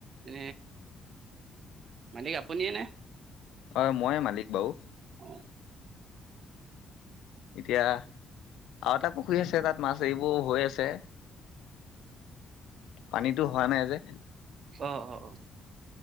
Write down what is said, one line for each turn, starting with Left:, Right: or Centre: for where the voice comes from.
Right: এ মালিক আপুনিয়ে নে।
Left: হয় ময়ে মালিক বাও।
Right: অ
Left: এতিয়া আৰু এটা পুখুৰী আছে তাত মাছ এৰিবোৰ হৈ আছে। পানীতো হোৱা নাই যে।
Right: অ-অ-অ।